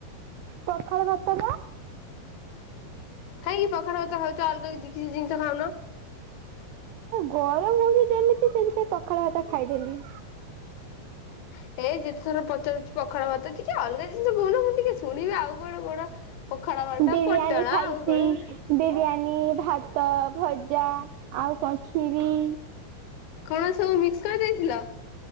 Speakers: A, on the right (about 85°); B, on the left (about 80°).
A: ପଖାଳ ଭାତ
B: କା ପଖାଳ ଭାତ ଖାଉଚ, ଅଲ୍ଗା କିଛି ଜିନ୍‌ଷ ଖାଉନ।
A: ଗରମ୍ ହଉଚି ଯେମିତି, ପଖାଳ ଭାତ ଖାଇଦେଲି।
B: <inaudible> <inaudible>
A: ବିରିୟାନୀ ଖାଇଛି ବିରିୟାନୀ, ଭାତ, ଭଜା ଆଉ ଖିରି
B: କଣ ସବୁ ମି କରିଦେଇଥିଲ?